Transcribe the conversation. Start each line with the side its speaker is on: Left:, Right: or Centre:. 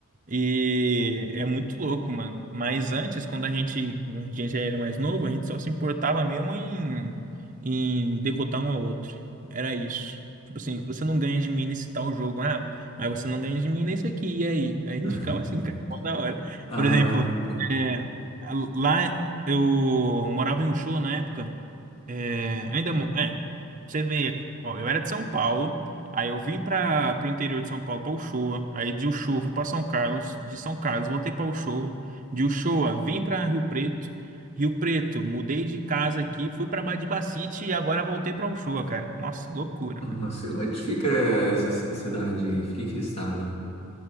Right: E é muito louco, mano. Mas antes, quando a gente, a gente já era mais novo, a gente só se importava mesmo em, em derrotar um ao outro. Era isso. Tipo assim, você não ganha de mim nesse tal jogo. Ah, mas você não ganha de mim nesse aqui. E aí? Aí a gente
Left: <laughs>
Right: ficava assim, cara, mó da hora.
Left: Ah,
Right: Por exemplo,
Left: tá.
Right: é, a- lá eu morava em Ushua na época. É, ainda, mo- é, você vê, ó, eu era de São Paulo, aí eu vim para pro interior de São Paulo para Uchoa, aí de Uchoa fui para São Carlos, de São Carlos voltei para Uchoa, de Uchoa vim para Rio Preto, Rio Preto, mudei de casa aqui, fui para Badibacite e agora voltei para Uchoa, cara. Nossa, loucura,
Left: Não
Right: mano.
Left: onde fica essa ci- cidade aí? Fica em que estado?